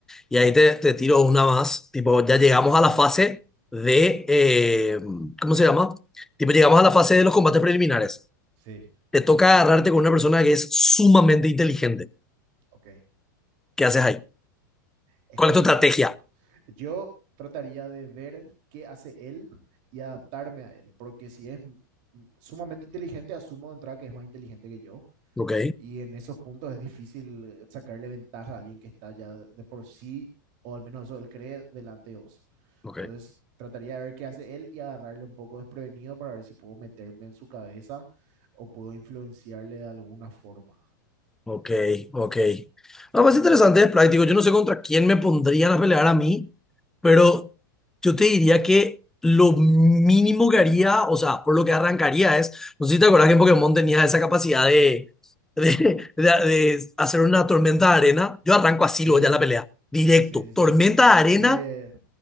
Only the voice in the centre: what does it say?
y ahí te, te tiro una más, tipo, ya llegamos a la fase de, eh, ¿cómo se llama? Tipo, llegamos a la fase de los combates preliminares.
Te toca agarrarte con una persona que es sumamente inteligente.
¿Qué haces ahí?
¿Cuál
es tu estrategia?
Ok,
ok.
Ok, ok. No, más interesante, es práctico. Yo no sé contra quién me pondrían a pelear a mí, pero yo te diría que lo mínimo que haría, o sea, por lo que arrancaría es, no sé si te acuerdas que en Pokémon tenía esa capacidad de, de, de- de hacer una tormenta de arena. Yo arranco así
luego ya la pelea, directo.
Tormenta
de arena